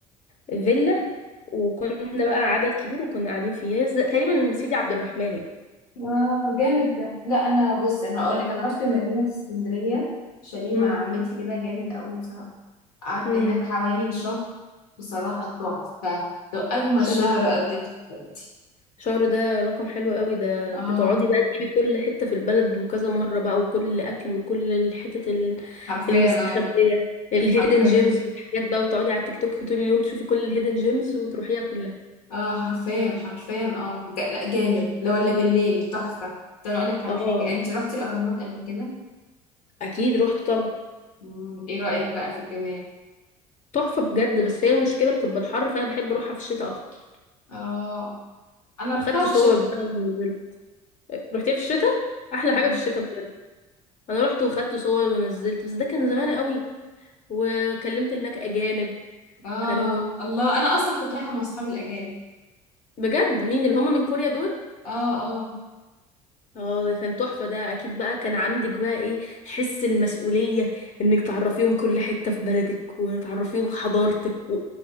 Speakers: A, on the left (about 40°); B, on the left (about 75°).
A: فيلا وكنا بقى عدد كبير وكنا قاعدين فيه هي ز- تقريبا سيدي عبد الرحمن يعني
B: واو جامد ده لا انا بص انا هقول لك انا رحت مارينا في اسكندريه شاليه
A: امم
B: مع عمتي كده جامد قوي بصراحه قعدت
A: امم
B: هناك حوالي شهر بصراحه تحفه ده اجمل
A: الشهر
B: شهر
A: ده
B: قضيته في حياتي
A: الشهر ده رقم حلو قوي ده
B: اه
A: بتقعدي بقى تجيبي كل حتة في البلد وكذا مرة بقى وكل أكل وكل الحتت ال-
B: حرفيا
A: المستخبية
B: اه
A: الهيدن
B: حرفيا
A: جيمز والحاجات بقى وتقعدي على التيك توك طول اليوم تشوفي كل الهيدن جيمز وتروحيها كلها
B: اه حرفيا حرفيا اه جا- لا جامد
A: <laughs>
B: لا ولا بالليل تحفة ده انا اقول لك على
A: اه
B: حاجة انت رحتي الاهرامات قبل كده
A: اكيد رحت طبعا
B: مم. ايه رأيك بقى في الجمال
A: تحفة بجد بس هي المشكلة بتبقى الحر فأنا بحب أروحها في الشتاء أكتر
B: اه انا
A: وخدت
B: رحتها في
A: صور
B: الشتاء
A: بقى ونزلت رحتيها في الشتاء أحلى
B: مم.
A: حاجة في الشتاء انا رحت وخدت صور ونزلت بس ده كان زمان قوي وكلمت هناك اجانب
B: اه
A: كانوا
B: الله انا اصلا كنت رايحة مع اصحابي الاجانب
A: بجد مين اللي هم من كوريا دول
B: اه آه.
A: اه ده كان تحفة ده اكيد بقى كان عندك بقى ايه حس المسؤولية انك تعرفيهم كل حتة في بلدك وتعرفيهم حضارتك و...